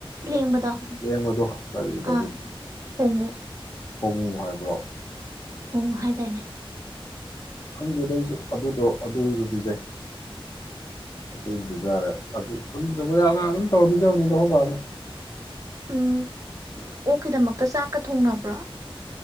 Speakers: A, on the right (about 35°); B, on the left (about 40°).
A: ꯂꯦꯡꯕꯗꯣ
B: ꯂꯦꯡꯕꯗꯣ ꯀꯔꯤꯕ ꯑꯗꯨꯗꯣ
A: ꯑꯥ ꯍꯣꯡꯉꯨ
B: ꯍꯣꯡꯉꯨ ꯍꯥꯏꯕ꯭ꯔꯣ
A: ꯍꯣꯡꯉꯨ ꯍꯥꯏꯗꯥꯏꯅꯦ
B: ꯈꯪꯗꯦꯗ ꯑꯩꯁꯨ ꯑꯗꯨꯗꯣ ꯑꯗꯨꯁꯨ ꯄꯤꯖꯩ ꯑꯗꯨꯁꯨ ꯄꯤꯖꯔꯦ ꯑꯗꯨ ꯈꯪꯗꯦ ꯃꯣꯏ ꯑꯉꯥ ꯑꯗꯨꯝ ꯇꯧꯔ ꯄꯤꯖꯕꯅꯤꯗꯣ ꯍꯣꯕꯥꯅ
A: ꯎꯝ ꯑꯣꯀꯤꯗꯃꯛꯇ ꯆꯥꯛꯀ ꯊꯣꯡꯅꯕ꯭ꯔꯣ